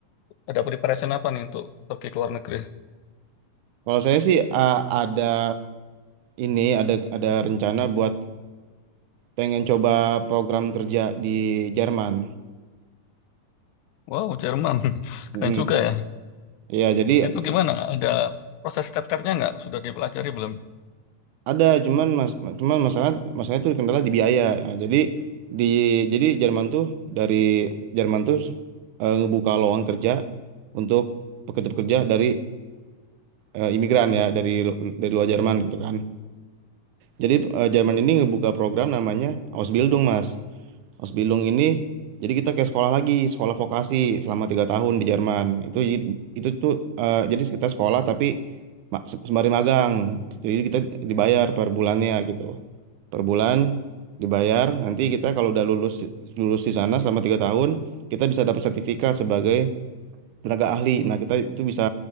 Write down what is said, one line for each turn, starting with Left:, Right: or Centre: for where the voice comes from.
Left: ada preparation apa nih untuk pergi ke luar negeri?
Right: Kalau saya sih uh, ada ini ada ada rencana buat pengen coba program kerja di Jerman.
Left: Wow, Jerman. <laughs>
Right: Mm.
Left: Keren juga ya.
Right: Iya, jadi
Left: Itu gimana? Ada proses step-stepnya nggak? Sudah dipelajari belum?
Right: Ada cuman mas cuman masalah masalah itu kendala di biaya. Nah, jadi di jadi Jerman tuh dari Jerman tuh eh, ngebuka lowongan kerja untuk pekerja-pekerja dari eh, imigran ya dari lu- dari luar Jerman gitu kan. Jadi eh, Jerman ini ngebuka program namanya Ausbildung, Mas. Ausbildung ini jadi kita kayak sekolah lagi, sekolah vokasi selama tiga tahun di Jerman. Itu itu tuh eh, jadi kita sekolah tapi ma- se- sembari magang. Jadi kita dibayar per bulannya gitu. Per bulan dibayar. Nanti kita kalau udah lulus lulus di sana selama tiga tahun, kita bisa dapat sertifikat sebagai tenaga ahli. Nah, kita itu bisa